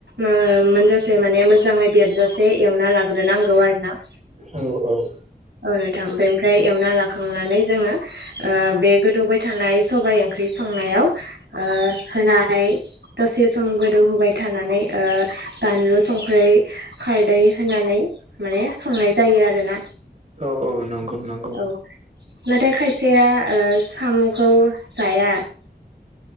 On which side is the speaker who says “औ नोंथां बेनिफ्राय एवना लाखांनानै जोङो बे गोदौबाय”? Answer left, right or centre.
Right